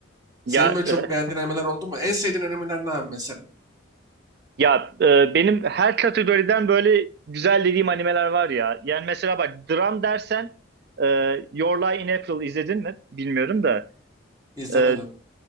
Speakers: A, on the right (about 20°); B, on the right (about 55°).
A: Senin
B: Ya
A: böyle çok
B: e,
A: beğendiğin animeler oldu mu? En sevdiğin animeler ne abi mesela?
B: Ya e, benim her kategoriden böyle güzel dediğim animeler var ya. Yani mesela bak dram dersen e, Your Lie in April izledin mi? Bilmiyorum da.
A: İzlemedim.
B: E,